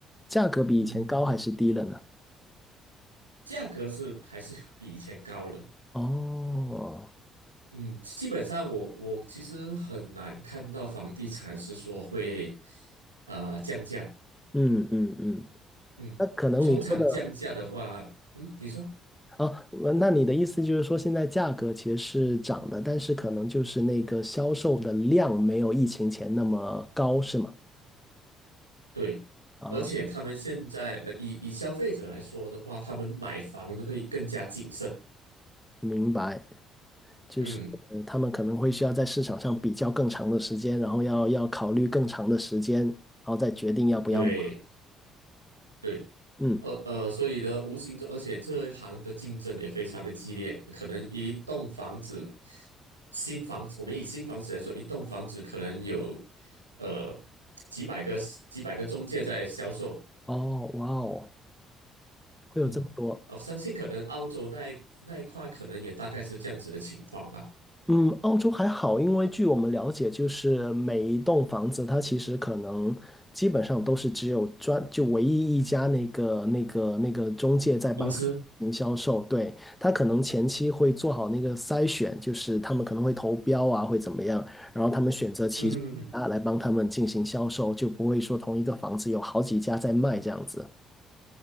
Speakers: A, in the centre; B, on the right.
A: 价格比以前高还是低了呢？
B: 嗯，价格是还是比以前高了，
A: 哦，
B: 嗯，基本上我我其实很难看到房地产是说会呃降价，
A: 嗯嗯嗯，
B: 嗯，
A: 那可能你说的
B: 通常降价的话，嗯，你说
A: 啊，我那你的意思就是说，现在价格其实是涨的，但是可能就是那个销售的量没有疫情前那么高，是吗？
B: 对，
A: 啊，
B: 而且他们现在呃以以消费者来说的话，他们买房都可以更加谨慎，
A: 明白。就是呃他们可能会需要在市场上比较更长的时间，
B: 嗯，
A: 然后要要考虑更长的时间，然后再决定要不要买。
B: 对。对。
A: 嗯，
B: 呃呃，所以呢，无形中，而且这一行的竞争也非常的激烈，可能一栋房子，新房子，我们以新房子来说，一栋房子可能有呃几百个几百个中介在销售，
A: 哦，哇哦，会有这么多。
B: 嗯，我相信可能澳洲那一那一块可能也大概是这样子的情况吧，
A: 嗯，澳洲还好，因为据我们了解，就是每一栋房子，它其实可能基本上都是只有专，就唯一一家那个那个那个中介在帮他进行销售，
B: 公司，
A: 对，他可能前期会做好那个筛选，就是他们可能会投标啊，会怎么样，然后他们选择其中一家来帮他们进行销售，
B: 嗯哼哼哼
A: 就不会说同一个房子有好几家在卖这样子，